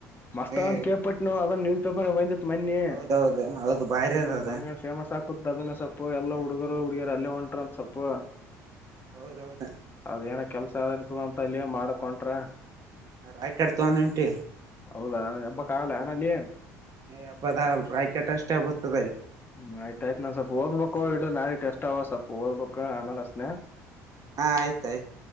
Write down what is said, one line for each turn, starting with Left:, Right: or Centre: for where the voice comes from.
Left: ಮಸ್ತ್
Right: ಏ
Left: ಅದ್ ಕೇಳ್ಪಟ್ಟ ನವು ಅದನ್ನ ನೀವು ಒಂದು <unintelligible> ಮನ್ನಿ
Right: ಹೌದೌದು ಹೌದು ಬಾರಿ
Left: ಹ್ಮ
Right: ಅದ ಅದ
Left: ಮನ್ಗಂಡ ಶೇಮ ಸಾ ಕುದ ನ ಸಪ್ಪು ಎಲ್ಲಾ
Right: ಹ್ಮ್
Left: ಹುಡುಗರು ಹುಡುಗಿಯರು ಅಲ್ಲೇ ಹೊಂಟ್ರ ಅಂತ ಸೊಪ್ಪು
Right: ಹೌದೌದು
Left: ಅದೇನ ಕೆಲ್ಸ ಯಾವ ಇರ್ತದ ಅಂತಲ್ಲಿಯ ಮಾಡಕೊಟ್ರ
Right: ರಾಯ್ ಕಾಡ್ತ ಒಂದ ಉಂಟಿ
Left: ಹೌದಾ ಎಬ್ಬ ಕಾಗಲ್ಲ ನನ ಅಲ್ಲಿ ಏನ್
Right: ಯ ಹಬ್ಬದ ಅಲ್ ರಾಯ್ಕಟ್ಟ ಅಷ್ಟೇಬತ್ತದರಿ
Left: ಹ್ಮ್ ಆಯ್ತಾಯಯ್ತ್ ನಾ್ ಸ್ವಲ್ಪ ಓದಬೇಕು ಇ ನಾಿ ಟೆಸ್ಟ್ ಅವ ಸ್ವಲ್ಪ ಓದ್ಬೇಕು ಆಮೇಲೆ ಅಚ್ಛೇತೇ
Right: ಹಾ ಆಯ್ತ ಆಾಯ್ತು